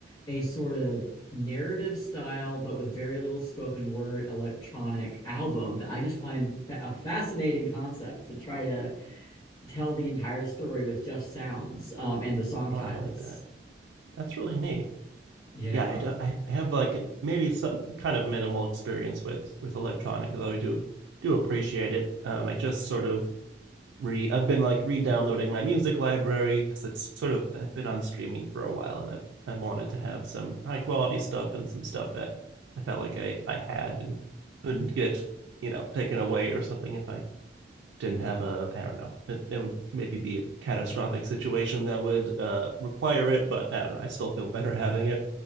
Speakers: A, on the left; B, on the right.
A: a sort of narrative style, but with very little spoken word electronic album that I just find fa a fascinating concept to try to tell the entire story with just sounds um, and the song titles.
B: oh i like that That's really neat.
A: Yeah,
B: Yeah, I, do, I have like maybe some kind of minimal experience with with electronic, though I do do appreciate it. Um, I just sort of re I've been like re-downloading my music library because it's sort of I've been on streaming for a while, and I have I wanted to have some high quality stuff and some stuff that I felt like I I had and couldn't get you know taken away or something if I didn't have a I don't know it, it would maybe be a catastrophic situation that would uh, require it, but I don't know, I still feel better having it.